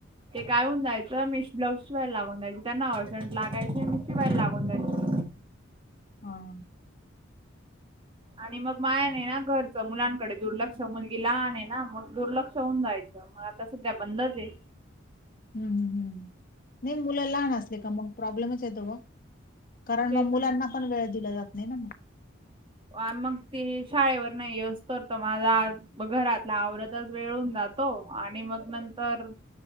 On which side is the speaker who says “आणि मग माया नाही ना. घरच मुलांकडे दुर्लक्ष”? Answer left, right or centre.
Right